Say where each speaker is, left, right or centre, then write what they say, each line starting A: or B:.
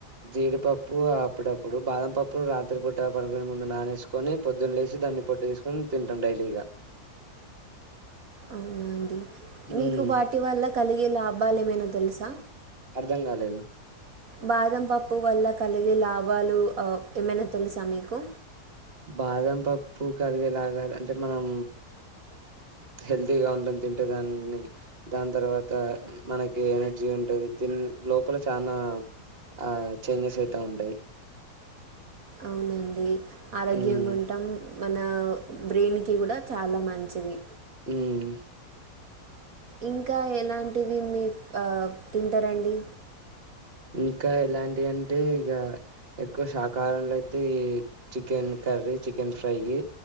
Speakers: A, on the right; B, on the right.
A: జీడిపప్పు అప్పుడప్పుడు బాదం పప్పు రాత్రి పూట పడుకునే ముందు నానేసు కొని పొద్దున్న లేసి దాన్ని పొట్టు తీసుకొని తింటాం డైలీగా
B: అవునా అండి మీకు
A: మ్మ్.
B: వాటి వల్ల కలిగే లాభాలు ఏమైనా తెలుసా
A: అర్ధం కాలేదు
B: బాదం పప్పు వల్ల కలిగే లాభాలు అ ఏమైన తెలుసా మీకు
A: బాదం పప్పు కలిగేలాగా అంటే మనం హెల్దీగా ఉండం తింటే దాన్ని దాని తర్వాత మనకి ఎనర్జీ ఉంటది తిన్ లోపల చానా ఆ చేంజెస్ అయిత ఉంటాయ్
B: అవునండి ఆరోగ్యంగా
A: ఉమ్
B: ఉంటాం మన బ్రెయిన్కి కూడా చాలా మంచిది
A: ఉమ్ హు
B: ఇంకా ఎలాంటివి మీ అ తింటరండి
A: ఇంకా ఎలాంటి అంటే ఇగ ఎక్కువ శాకాహారంలో అయితే ఈ చికెన్ కర్రీ చికెన్ ఫ్రైయ్యి